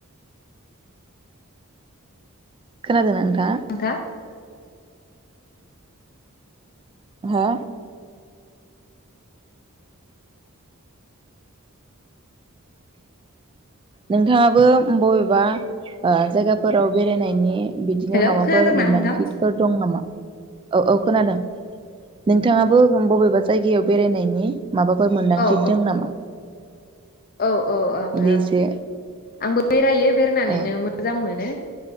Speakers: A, on the right; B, on the left.
A: खोनादों ना नोंथाङा?
B: नोंथां
A: हा नोंथाङाबो बबेबा जायगाफोराव बेरायनायनि बिदिनो
B: हेलौ
A: माबाफोर
B: खोनादोंना
A: मोनदांथिफोर
B: नोंथां?
A: दं नामा? औ औ खोनादों नोंथाङाबो बबेबा जायगायाव बेरायनायनि माबाफोर मोनदांथि
B: औ औ
A: दों नामा?
B: औ औ आङो
A: दे एसे
B: आंबो बेरायो बेरायनानैनो
A: औ
B: मोजां मोनो